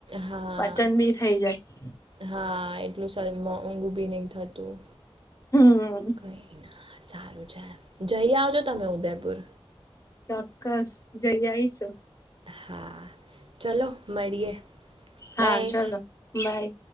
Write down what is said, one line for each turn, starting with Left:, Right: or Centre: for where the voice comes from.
Right: હા
Left: પાચન બી થઈ જાય
Right: હા એટલું શરીર માં ઊંઘું બી ની થતું
Left: હમ
Right: કઈ સારું છે જઈ આવજો તમે ઉદયપુર
Left: ચોક્કસ જઈ આઇ શું.
Right: હા ચલો મળીએે
Left: હા
Right: બાય
Left: ચલો બાય